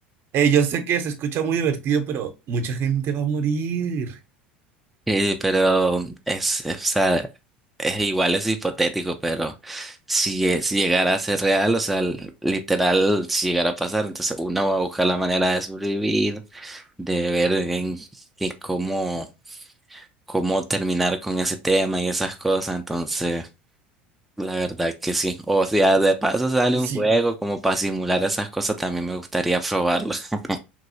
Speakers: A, on the right; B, in the centre.
A: Eh, yo sé que se escucha muy divertido, pero mucha gente va a morir.
B: Eh, pero es, es- o sea, es igual, es hipotético, pero si, es- si llegara a ser real, o sea, l- literal, si llegara a pasar, entonces uno va a buscar la manera de sobrevivir, de ver en qué- cómo, cómo terminar con ese tema y esas cosas, entonces, la verdad que sí. O sea, de paso sale
A: Sí,
B: un juego como para simular esas cosas, también me gustaría probarlo. <laughs>